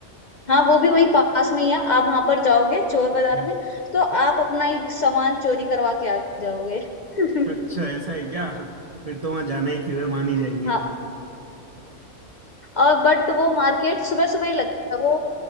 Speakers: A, on the left; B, on the right.
A: हाँ वो भी वहीं पास में ही है आप वहां पर जाओगे चोर बाजार
B: हम्म,
A: में तो आप अपना ही सामान चोरी करवा के आ जाओगे <laughs>
B: अच्छा ऐसा है क्या फिर तो वहाँ जाना ही क्यों है मान ही जाएंगे
A: हाँ और बट वो मार्केट सुबह सुबह ही लगती है वो